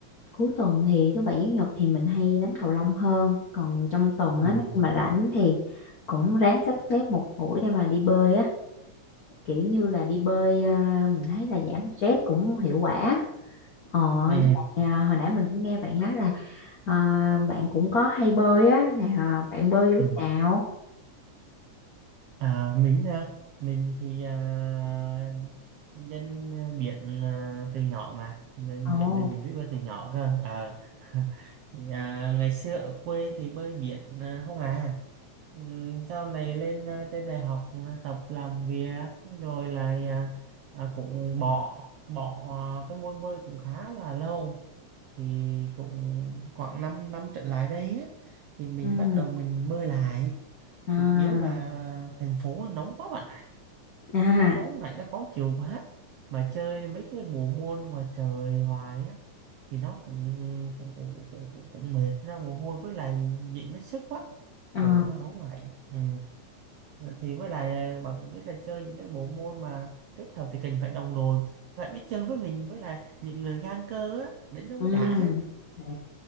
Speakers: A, on the left; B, on the right.
A: cuối tuần thì thứ bảy chủ nhật thì mình hay đánh cầu lông hơn còn trong tuần
B: ừ
A: á nếu như mà rảnh thì cũng ráng sắp xếp một buổi để mà đi bơi á kiểu như là đi bơi à, mình thấy là giảm stress cũng hiệu quả ờ
B: ừ,
A: với lại, à, hồi nãy mình cũng nghe bạn nói là à, bạn cũng có hay bơi á là à, bạn bơi vô
B: ừ.
A: lúc nào
B: À, mình à, mình thì à, dân biển à, từ nhỏ mà nên
A: ồ
B: biển nên mình biết bơi từ nhỏ cơ Ờ. <laughs> à, ngày xưa ở quê thì bơi biển à, không à Ừ, sau này lên à, trên đại học là tập làm việc rồi là à, à, cũng bỏ bỏ à, cái môn bơi cũng khá là lâu thì cũng khoảng 5 năm năm trở lại đây á, thì mình
A: ừ
B: bắt đầu mình bơi lại
A: à
B: chủ yếu là thành phố nó nóng quá bạn ạ
A: <laughs> à
B: nó nóng này nó khó chịu quá mà chơi mấy cái bộ môn ngoài trời hoài á thì nó cũng cũng cũng cũng, cũng, cũng, cũng mệt ra mồ hôi với lại dị mất sức quá
A: ờ
B: trời nó nóng lạnh ừ. thì với lại bạn cũng biết là chơi những cái bộ môn mà kết hợp thì cần phải đồng đội phải biết chơi với mình với lại những người ngang cơ á đến đó mới
A: ừ
B: đã
A: à,